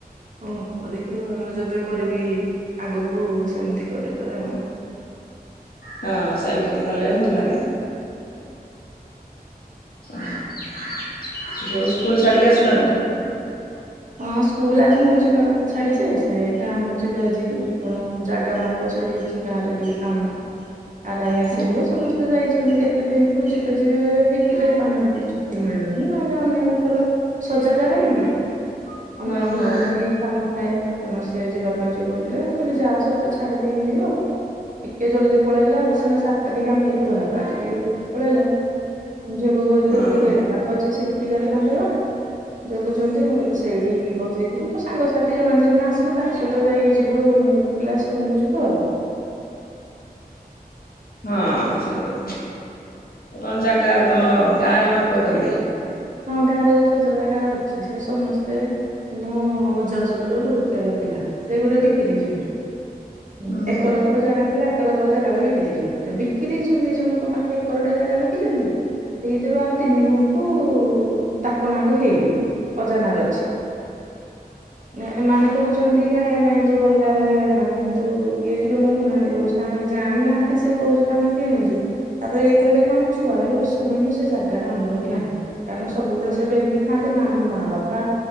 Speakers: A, on the right; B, on the left.
A: ଓ ହଉ ଦେଖି ମୁଁ ଯେବେ କରିବି ଆଗକୁ ସେମିତି କରେ ଥରେ ଆଉ।
B: ହଁ ସେମିତି କଲେ ବି ଭଲ ଲାଗେ। ଓ ଝିଅକୁ ସ୍କୁଲ ଛାଡ଼ିକି ଆସିଲଣି?
A: ହଁ ସ୍କୁଲ ଆଜି ମୁଁ ଯିବା କଥା ଛାଡି ଯେ ସେ ଗାଁକୁ ଯିବେ ଆଜି କଣ ଜାଗା ମା ଓ ସେଠିକି ଅଛି ଗାଁ ରେ ଟିକେ କାମ ଆର ଆଈ ଆସିଥିବ
B: ଓହୋ।
A: ସମସ ଯାଇଛନ୍ତି କେତେ ଦିନଠୁ ଯିବେ ଯିବେ ହେଇ ଯାଇପାରୁନାହାନ୍ତି। ଛୁଟି ମିଳୁନି ନହେଲେ ଅନ୍ୟ ଲୋକର ସଜା ଚାଳିନି କି। ଅନ୍ୟ
B: ହଁ
A: ଲୋକର
B: ହଁ
A: ବି କାମ ଥାଏ ତେଣୁ ସେ ଯିବା ପାଇଁ ଯୋଉ ମୁଁ କହିଲି ଯାଅ ସେଠୁ ତ ଛାଡି ଦେଇକି ଯିବ। ଟିକେ ଜଲଦି ପଳେଇଲା ଆଉ ସେ ଦିନ ସାତ ଟିକେ ଆମେ ଏଇଠୁ ବାହାରୁ ଆଜିି ଟିକେ ଜଲଦି ପଳେଇଲେ। ଝିଅକୁ କହିଥିଲେ
B: ହଁ
A: ତୁ ଏଇ ଗେଟ୍ ପାଖ ଅଛି ସିକ୍ୟୁରିଟି ଗାର୍ଡ ତାଙ୍କର ଯଗୁଛନ୍ତି ମୁଁ କହିଲି ସେଇଠି ବସିଥିବୁ ତୋ ସାଙ୍ଗସାଥି ଜଣେ ଦି ଜଣେ ଆସିଲେ ତାଙ୍କ ସହିତ ଯାଇ ଯିବୁ ରୁମ କ୍ଲାସ ରୁମକୁୁ ଯିବୁ ଆଉ।
B: ହଁ ସେଇ କଣ ଜାଗା ତମର ଗାଁରେ ମାପ କରିବେ।
A: ହଁ ଗାଁ ରେ ଯୋଉ ସଜା ଜାଗାର ଅଛି ସେ ସମସ୍ତେ ଆମ ଅଜାସୁର ର ବହୁତ ଜାଗା ଥିଲା ସେ ଗୋଟେ ବିକି ଦେଇଛନ୍ତି। ହୁଁ
B: ଓହୋ।
A: ଏକର ଏକର ଜାଗା ଥିଲା ଏକର ଏକର ଜାଗା ବି ବିକି ଦେଇଛନ୍ତି ଯୋଉ ବିକି ଦେଇଛନ୍ତି ଜଣଙ୍କ ପାଖେ ଏକରଟା ଜାଗା ବିକିଛନ୍ତି। ସେଇଥିରୁ ଆଉ ତିନି ଗୁଣ୍ଠୁ। ଉ ତାକ ନାଁକୁ ହେଇନି ଅଜା ନାରେ ଅଛି। ନା ଏମାନେ କହୁଛନ୍ତି ଆଣିବା ପାଇଁ ଯୋଉ ଅଲଗା ଭାଇ ହଳେ ମାନେ କିନ୍ତୁ ଇଏ ଟିକେ ମଙ୍ଗୁନାହାନ୍ତି କହୁ ତା ଆମେ ଜାଣିନାହାନ୍ତି ସେ କହୁଛ ତ ଆମେ କିଣିଛୁ। ତାପରେ ଇଏ କହିଲେ କି ଆମ ଛୁଆରୁ କେବେ ଶୁଣିନୁ ସେ ଜାଗା ଟା ଆମର କି ନାହିଁ ବୋଲି। କାରଣ ସବୁବେଳେ ସେ ବେରିକି ଥାନ୍ତେ ନା ମୋ ମା ବାପା